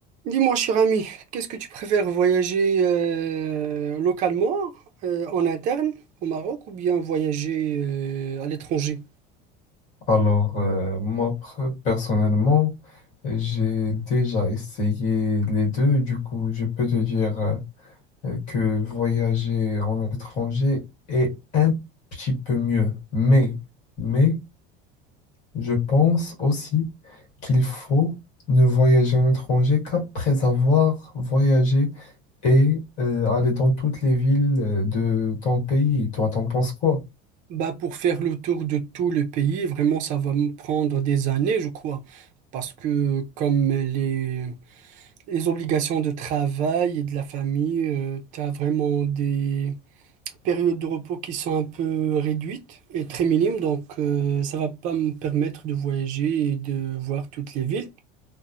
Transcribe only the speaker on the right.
Dis-moi, cher ami, qu'est-ce que tu préfères voyager euh, localement, euh, en interne, au Maroc, ou bien voyager euh, à l'étranger?
Bah, pour faire le tour de tout le pays, vraiment, ça va me prendre des années, je crois. Parce que comme les, les obligations de travail et de la famille, tu as vraiment des périodes de repos qui sont un peu réduites et très minimes. Donc, euh, ça va pas me permettre de voyager et de voir toutes les villes.